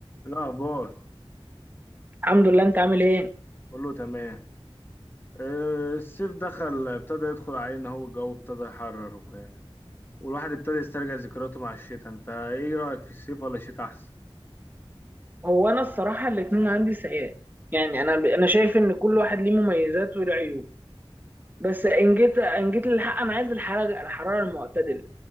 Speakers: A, on the left; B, on the right.
A: الأخبار
B: الحمد لله انت عامل ايه
A: كله تمام آه، الصيف دخل ابتدى يدخل علينا هو الجو ابتدى يحرر و... والواحد ابتدى يسترجع ذكرياته مع الشتاء انت ايه رأيك في الصيف ولا الشتاء احسن
B: هو انا الصراحه الاتنين عندي سيئات يعني انا انا شايف ان كل واحد ليه مميزات وله عيوب بس ان جيت ان جيت للحق انا عايز الحراره الحراره المعتدله